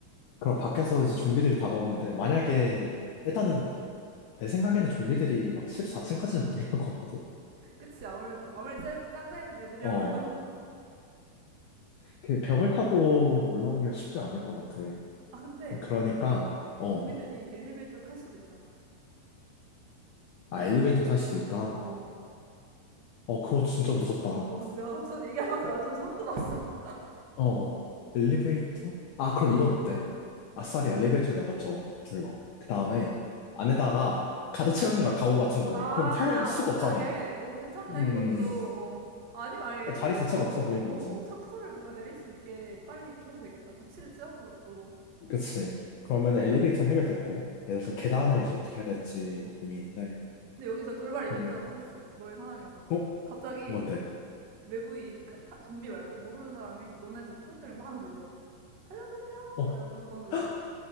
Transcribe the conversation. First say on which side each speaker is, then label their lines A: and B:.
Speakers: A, on the left; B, on the right.
A: 그럼 밖에서 이제 좀비들이 다가오는데, 만약에, 일단은,
B: 어.
A: 내 생각에는 좀비들이 막 14층까지는 못 올라올 것 같거든?
B: 그치 아무래도. 아무리 센, 짱센 애들이라고
A: 어,
B: 해도. <laughs>
A: 그 벽을 타고 올라오기가 쉽지 않을 것 같아.
B: 아, 근데
A: 그러니까, 어,
B: 좀비들이 엘리베이터를 탈 수도 있잖아.
A: 아, 엘리베이터를 탈 수도 있다.
B: 어.
A: 어, 그거 진짜 무섭다.
B: 어, 근데 나 갑자기 얘기하면서 나 좀 소름 돋았어.
A: 어, 엘리베이터? 아, 그럼 이건
B: 응.
A: 어때?
B: 어.
A: 아싸리 엘리베이터 내가 먼저 불러. 그 다음에 안에다가 가득 채우는 거야, 가구 같은 거를.
B: 아,
A: 그럼 탈 수가
B: 못하게.
A: 없잖아.
B: 오, 괜찮네,
A: 음,
B: 그것도. 어. 아니면 아예
A: 그러니까
B: 엘리베이터,
A: 자리 자체를 없애버리는
B: 어,
A: 거지.
B: 셔터를 뭔가 내릴 수 있게 빨리 이렇게 해도 되겠다. 조치를 취하는 것도.
A: 그치. 그러면
B: 음.
A: 엘리베이터는 해결됐고, 예를 들어서
B: 그치?
A: 계단을 이제 어떻게 해야 될지
B: 어.
A: 고민인데,
B: 근데 여기서 돌발 이벤트가
A: 음,
B: 터졌어. 너의 상황에서.
A: 어?
B: 갑자기
A: 뭔데?
B: 외부인, 그러니까 사- 좀비 말고 모르는 사람이 너네 집 초인종을 막 눌러. 살려주세요!
A: 어?
B: 이러면서 막 눌러.
A: <gasps>